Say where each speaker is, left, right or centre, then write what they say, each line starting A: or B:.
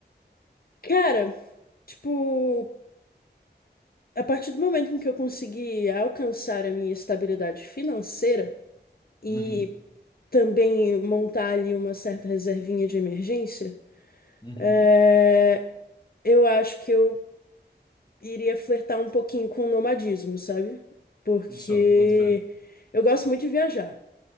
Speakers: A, on the left; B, on the left.
A: Cara, tipo, a partir do momento em que eu consegui alcançar a minha estabilidade financeira e
B: Uhum,
A: também montar ali uma certa reservinha de emergência,
B: uhum.
A: é, eu acho que eu iria flertar um pouquinho com o nomadismo, sabe? Porque
B: Só, boto fé.
A: eu gosto muito de viajar.